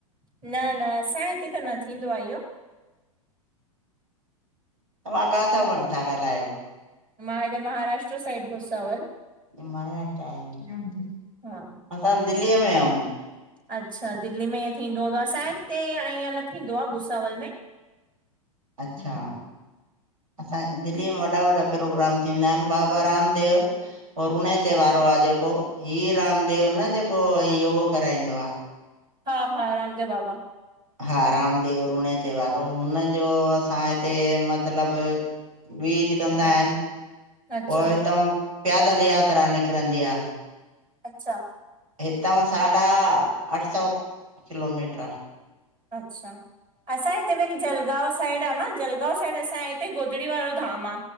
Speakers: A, on the right; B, on the right.
A: न न असांजे हिते त न थींदो आ इह्यो।
B: तव्हां काथां था ॻाल्हायो?
A: मां हेॾे महाराष्ट्र साइड भूसावल।
B: महाराष्ट्र आहिन
A: हा
B: असां दिल्लीअ में आऊं।
A: अच्छा दिल्ली में ईअं थींदो हूंदो, असांजे हिते हाणे ईअं न थींदो आ भुसावल में।
B: अच्छा असांजे दिल्लीअ में वॾा -वॾा प्रोग्राम थींदा हिनि बाबा रामदेव और उणे त्योहारो आ जेको, ही रामदेव न जेको योगो कराईंदो आ
A: हा हा रामदेव बाबा।
B: हा रामदेव रूणेचे वारो हुनन जो असां हिते मतिलब बीज कंदा हिनि
A: अच्छा
B: पो हितंउं प्यादल यात्रा निकिरंदी आ।
A: अच्छा।
B: हितां साढा अठ सौ किलोमीटर आ।
A: अच्छा! असां हिते वरी जलगांव -- आहे न जलगांव साईड हिे गोधड़ी वारो धाम आ